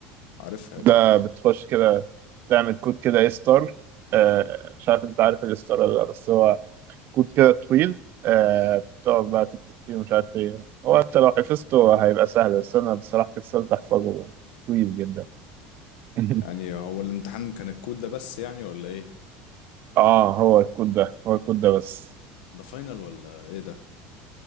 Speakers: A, on the left; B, on the right.
A: عارفها
B: ده
A: يا ابني عارف
B: بتخش كده تعمل كود كده اي ستار مش عارف انت عارف الاي ستار ولا لا بس هو كود كده طويل آه، بتقعد بقى تكتب فيه ومش عارف ايه هو انت لو حفظته هيبقى سهل بس انا بصراحة كسلت احفظه طويل جدا <laughs>
A: يعني هو الامتحان كان الكود ده بس يعني ولا ايه
B: اه هو الكود ده هو الكود ده بس
A: ده فاينل ولا ايه ده